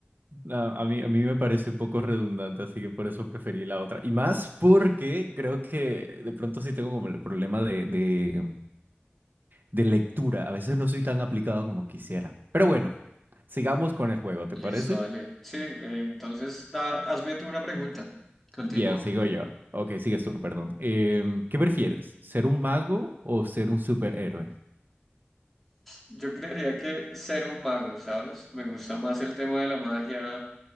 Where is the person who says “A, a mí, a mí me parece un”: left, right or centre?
Right